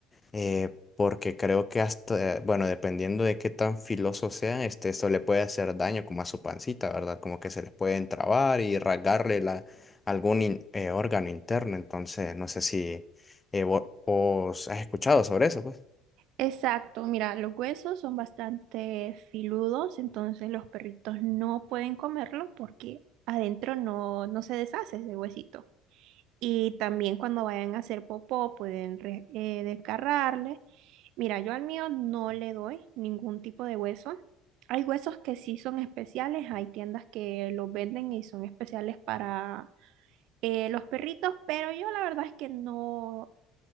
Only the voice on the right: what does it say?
Exacto, mira, los huesos son bastante filudos, entonces los perritos no pueden comerlo porque adentro no, no se deshace ese huesito. Y también cuando vayan a hacer popó pueden re- eh, desgarrarle. Mira, yo al mío no le doy ningún tipo de hueso. Hay huesos que sí son especiales, hay tiendas que los venden y son especiales para eh, los perritos, pero yo la verdad es que no,